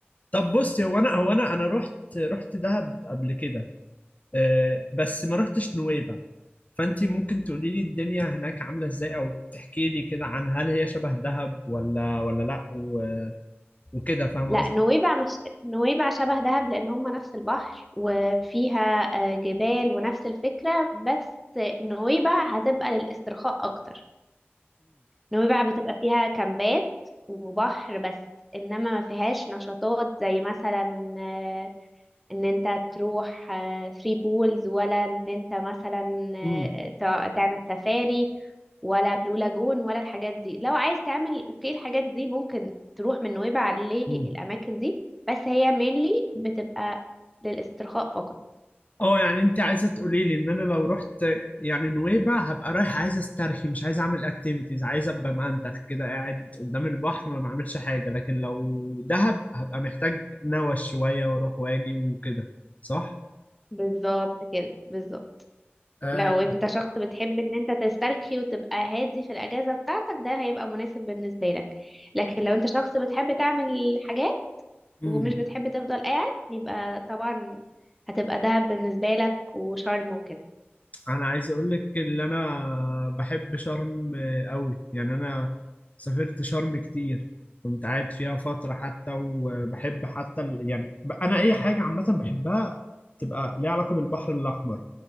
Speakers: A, on the left; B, in the centre.
A: طب بصي هو انا هو انا انا رحت رحت دهب قبل كده أه بس ما رحتش نويبع فانتي ممكن تقولي لي الدنيا هناك عاملة ازاي او تحكي لي كده عن هل هي شبه دهب ولا ولا لا و... وكده فاهمة
B: لا
A: قصدي
B: نويبع مش نويبع شبه دهب لان هم نفس البحر وفيها آه، جبال ونفس الفكرة بس نويبع هتبقى للاسترخاء اكتر نويبع بتبقى فيها كامبات وبحر بس انما ما فيهاش نشاطات زي مثلا آه، ان انت تروح ثري بولز ولا ان انت مثلا آه،
A: امم
B: تع- تعمل سفاري ولا بلو لاجون ولا الحاجات دي لو عايز تعمل اوكي الحاجات دي ممكن تروح من نويبع للاماكن
A: مم.
B: دي بس هي mainly بتبقى للاسترخاء فقط
A: اه يعني انت عايزه تقولي لي ان انا لو رحت يعني نويبع هبقى رايح عايز استرخي مش عايز اعمل اكتيفيتيز عايز ابقى مأنتخ كده قاعد قدام البحر ما بعملش حاجه لكن لو دهب هبقى محتاج نوش شويه واروح واجي وكده صح
B: بالظبط كده بالظبط
A: آه،
B: لو انت شخص بتحب ان انت تسترخي وتبقى هادي في الاجازه بتاعتك ده هيبقى مناسب بالنسبه لك لكن لو انت شخص بتحب تعمل حاجات
A: امم
B: ومش بتحب تفضل قاعد يبقى طبعا هتبقى دهب بالنسبة لك وشرم وكده
A: انا عايز اقول لك ان انا بحب شرم قوي يعني انا سافرت شرم كتير كنت قاعد فيها فترة حتى وبحب حتى ال... يعني ب- انا اي حاجة عامة بحبها تبقى ليها علاقة بالبحر الاحمر